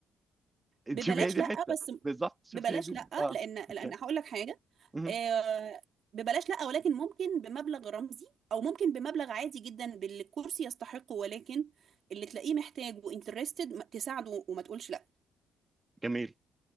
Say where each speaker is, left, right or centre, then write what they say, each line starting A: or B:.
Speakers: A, on the right (about 20°); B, on the right (about 60°).
A: <laughs>
B: ببلاش
A: شوف هي دي
B: لأ
A: الحته
B: بس
A: بالظبط شفت
B: ببلاش
A: هي دي ال-
B: لأ
A: اه
B: لأن لأن
A: اوكي
B: هقول لك حاجة
A: مهم.
B: آه، ببلاش لأ ولكن ممكن بمبلغ رمزي أو ممكن بمبلغ عادي جدا باللي الكورس يستحقه ولكن اللي تلاقيه محتاج وانترستد تساعده وما تقولش لأ
A: جميل